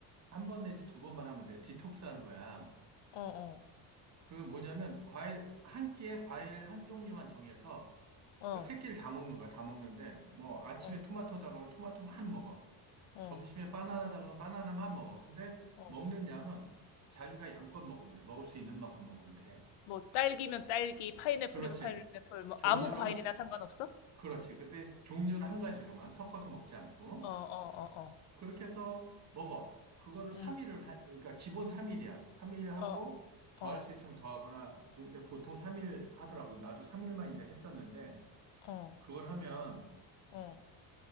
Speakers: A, on the right; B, on the left.
A: 한 번 내지 두 번만 하면 돼. 디톡스 하는 거야.
B: 어,
A: 그 뭐냐면, 과일, 한 끼에 과일 한 종류만 정해서
B: 어,
A: 그러니까 새끼를 다 먹는 거야. 다 먹는데 뭐 아침에
B: 어,
A: 토마토다 그러면 토마토만 먹어.
B: 어,
A: 점심에 바나나다 그러면 바나나만 먹어. 근데
B: 어.
A: 먹는 양은 자기가 양껏 먹으면 돼. 먹을 수 있는 만큼 먹으면 돼.
B: 뭐, 딸기면 딸기, 파인애플이면
A: 그렇지.
B: 파인애플, 뭐,
A: 종류를
B: 아무 과일이나
A: 한
B: 상관없어?
A: 그렇지. 근데 종류는 한 가지로만 섞어서 먹지 않고
B: 어, 어, 어, 어.
A: 그렇게 해서 먹어. 그거를
B: 응,
A: 3일을 하, 그러니까 기본 3일이야. 3일 하고
B: 어,
A: 더
B: 어,
A: 할 수 있으면 더 하거나 근데 보통 3일 하더라고. 나도 3일만 이제 했었는데
B: 어,
A: 그걸 하면
B: 어.